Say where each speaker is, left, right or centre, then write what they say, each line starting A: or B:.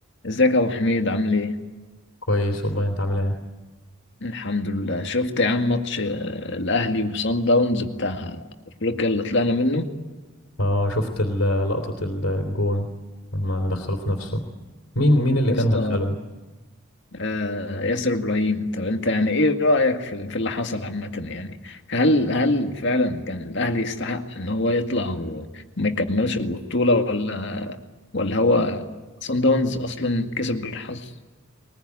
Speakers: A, on the left; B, on the left.
A: ازيك يا ابو حميد عامل ايه
B: كويس والله انت عامل ايه
A: الحمد لله شفت يا عم ماتش آه، الاهلي وصن داونز بتاع افريقيا اللي طلعنا منه
B: اه شفت ال- لقطة الجون لما دخله في نفسه مين مين اللي
A: يا
B: كان
A: اسطى
B: دخله
A: آه، ياسر ابراهيم طب انت يعني ايه رايك في في اللي حصل عامه يعني هل هل فعلا كان الاهلي يستحق ان هو يطلع وما يكملش البطوله ولا ولا هو صن داونز اصلا كسب بالحظ